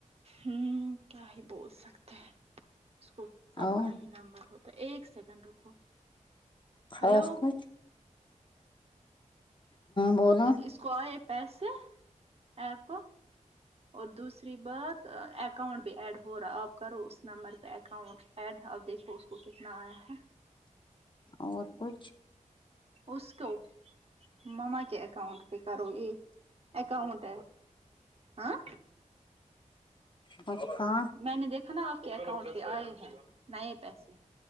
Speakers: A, on the right; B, on the left.
A: ہمم کیا ہی بول سکتے ہیں اس کو سب
B: اور
A: کا ہی نمبر ہوتا تو ایک سیکنڈ رکو
B: خاص
A: ہلو
B: کچھ بولا
A: اس کو ائے پیسے ایپ کو اور دوسری بات اکاؤنٹ بھی ایڈ ہو رہا ہے آپ کرو اس نمبر پے اکاؤنٹ ایڈ اب دیکھو اس کو کتنا آیا ہے
B: اور کچھ
A: اس کو مما کے اکاؤنٹ پے کرو یے اکاؤنٹ ہاں
B: کچھ کھا
A: میں نے دیکھا نا آپ کے اکاؤنٹ پے آئے ہیں نئے پیسے